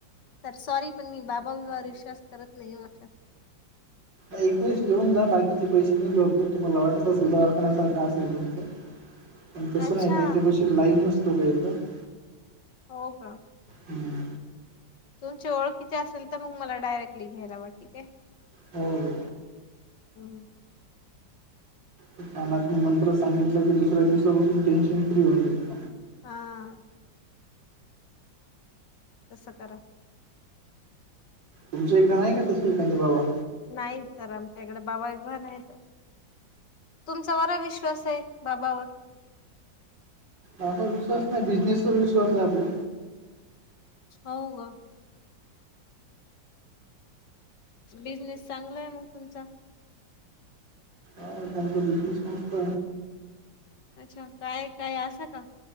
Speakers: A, on the left; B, on the right.
A: तर सॉरी पण मी बाबा वर विश्वास करत नाही अा
B: एकवेेळेस येऊन जा बाकीचे पैसे मी जोडतो तुम्हाला वाटत सुल दवाखानसारखं असेल तुमचं
A: <unintelligible>
B: प तसं
A: अच्छा
B: नाही इथे बशी लाईनच लोकं येतं. <unintelligible>
A: हो का?
B: हम्म
A: तुमची ओळखीचे असेल तर मग मला डायरेक्ट ल घयला बा ठीक आहे
B: हो हो
A: हम्
B: ते कानात मंत्र सांगितलं की दुसऱ्या दिवसापासून टेन्शन फ्री होऊनेत
A: हा तसं करा
B: तुमच्याकडे नाही का त श्रीकांत बाबा.
A: नाही सर आमच्या इकडे बाबा बिबा नाहीत तुमचा बरा विश्वास आहे बाबावर
B: आ विश्वास नाही बिझनेसवरर विश्वास आहे आपला
A: हो का बिझनेस चांगला आहे मग तुमचा
B: त्यांच्या बिज संस्त
A: अच्छा काय काय असं का